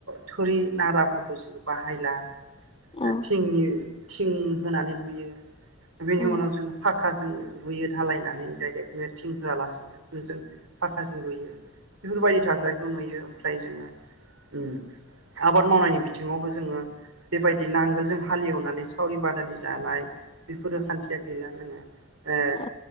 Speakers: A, on the right (about 90°); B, on the left (about 25°).
A: थुरि नाराफोरखौ जों बाहायला ओ
B: औ
A: थिंनि थिं होनानै बुयो बेनि
B: उम
A: उनाव जोङो फाख खाजों लुयो धालायनानै डाइरेक्टनो थिं होआलासेनो जों फाखाजों लुयो बेफोरबायदि थासारिखौ नुयो ओमफ्राय जोङो ओम आबाद मावनायनि बिथिङावबो जोङो बेबायदि नांगोलजों हालेवनानै सावरि बादालि जानाय बेफोरो खान्थिया गैला जोङो ओ
B: औ